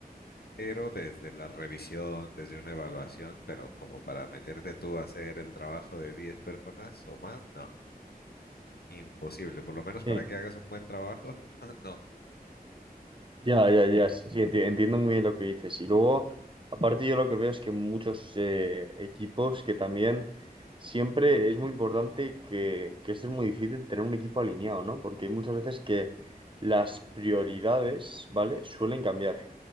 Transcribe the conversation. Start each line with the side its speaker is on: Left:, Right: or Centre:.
Left: pero desde la revisión, desde una evaluación, pero como para meterte tú a hacer el trabajo de 10 personas o más, no, imposible. Por lo menos para
Right: Sí.
Left: que hagas un buen trabajo, <laughs> no.
Right: Ya, ya, ya, sí, sí, enti- entiendo muy bien lo que dices. Y luego, aparte yo lo que veo es que muchos eh, equipos que también siempre es muy importante que, que esto es muy difícil tener un equipo alineado, ¿no? Porque hay muchas veces que las prioridades, ¿vale? Suelen cambiar.